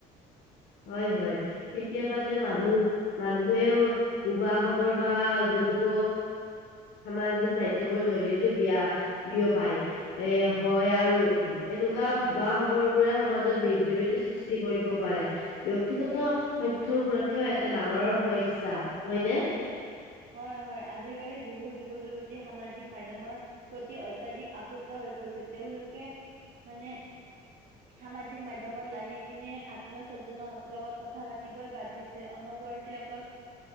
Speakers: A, on the left (about 70°); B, on the right (about 50°).
A: হয় হয় কেতিয়াবাতে মানুহ মানুহেও ভুৱা খবৰ বা গুজব সামাজিক মাধ্যমৰ জৰিয়তে বিয়া বিয়পাই, এ হয় আৰু এনেকুৱা ভুৱা খবৰ বোৰে সমাজত বিদ্ধি বৃদ্ধি সৃষ্টি কৰিব পাৰে। ব্যক্তিগত তথ্যৰ সুৰক্ষাও এটা ডাঙৰৰ সমস স্যা। হয়নে?
B: হয় হয় আজিকালি বহুত যুৱ যুৱতী সামাজিক মাধ্যমৰ প্ৰতি অত্যাধিক আসক্ত হৈ পৰিছে তেওঁলোকে মানে সামাজিক মাধ্যমত লাগি কিনে আত্মীয় স্বজনৰ লগত কথা পাতিবই বাদ দিছে অনবৰতে অকল